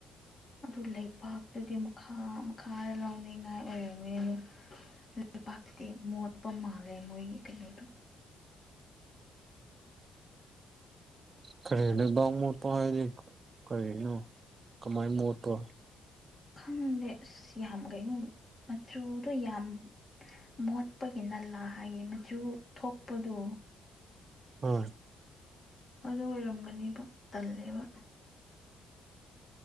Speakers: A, on the left; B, on the right.
A: ꯑꯗꯨ ꯂꯩꯄꯥꯛꯇꯨꯗꯤ ꯃꯈꯥ ꯃꯈꯥꯗ ꯂꯧꯅꯤꯡꯉꯥꯏ ꯑꯣꯏꯔꯝꯅꯤ ꯑ ꯑꯗꯨ ꯂꯩꯕꯥꯛꯇꯗꯤ ꯃꯣꯠꯄ ꯃꯥꯜꯂꯦ ꯃꯣꯏꯒꯤ ꯀꯩꯅꯣꯗꯨ
B: ꯀꯔꯤ ꯂꯩꯕꯥꯛ ꯃꯣꯠꯄ ꯍꯥꯏꯔꯤ ꯀꯔꯤꯅꯣ ꯀꯃꯥꯏꯅ ꯃꯣꯠꯄ꯭ꯔꯣ
A: ꯈꯪꯗꯦ ꯑꯁ ꯌꯥꯝ ꯀꯩꯅꯣ ꯃꯆꯨꯗꯣ ꯌꯥꯝ ꯃꯣꯠꯄꯒꯤ ꯅꯜꯂꯥ ꯍꯥꯏꯗꯤ ꯃꯆꯨ ꯊꯣꯛꯄꯗꯨ
B: ꯑꯪ
A: ꯑꯗꯨ ꯑꯣꯏꯔꯝꯒꯅꯦꯕꯣ ꯇꯜꯂꯦꯕ